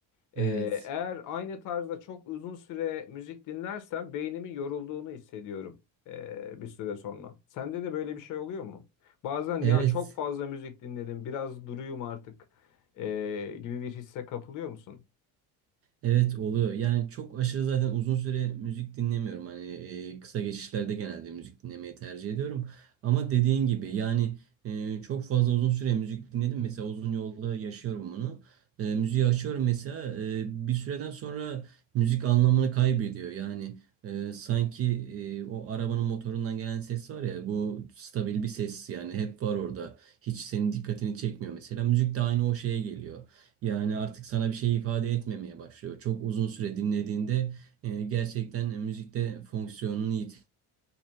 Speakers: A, on the left (about 50°); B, on the right (about 35°).
A: Ee,
B: evet,
A: eğer aynı tarzda çok uzun süre müzik dinlersem beynimin yorulduğunu hissediyorum ee, bir süre sonra. Sende de böyle bir şey oluyor mu? Bazen
B: evet.
A: ya çok fazla müzik dinledim, biraz duruyum artık ee, gibi bir hisse kapılıyor musun?
B: Evet oluyor. Yani çok aşırı zaten uzun süre müzik dinlemiyorum. Hani e, kısa geçişlerde genelde müzik dinlemeyi tercih ediyorum. Ama dediğin gibi yani e, çok fazla uzun süre müzik dinledim. Mesela uzun yolda yaşıyorum bunu. E, müziği açıyorum mesela e, bir süreden sonra müzik anlamını kaybediyor. Yani e, sanki e, o arabanın motorundan gelen ses var ya bu stabil bir ses yani hep var orada. Hiç senin dikkatini çekmiyor mesela. Müzik de aynı o şeye geliyor. Yani artık sana bir şey ifade etmemeye başlıyor. Çok uzun süre dinlediğinde e, gerçekten müzikte fonksiyonunu yitiriyor.